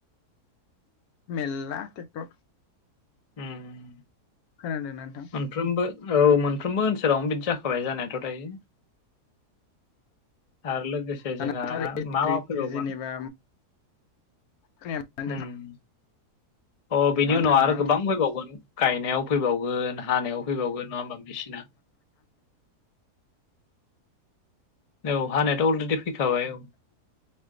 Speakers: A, on the left (about 70°); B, on the left (about 55°).
A: मेलला टेक्टर।
B: ओम ओम
A: खोनादों ना नोंथां?
B: मोनफ्रोमबो औ मोनफ्रोमबो ओनसोलावनो बिदि जाखाबाय जानायाथ' दायो। आरो लोगोसे
A: दानाथ'
B: जोंहा
A: आरो इलेक्ट्रिक
B: मा मा फैबावगोन?
A: जेनेबा खोनाया मा होनदों
B: ओम अ बिनि
A: मा
B: उनाव
A: होनदों
B: आरो
A: नोंथां
B: गोबां फैबावगोन गायनायाव फैबावगोन हानायाव फैबावगोन नङा होमबा मेसिना? औ हानायाथ' अलरेडि फैखाबाय औ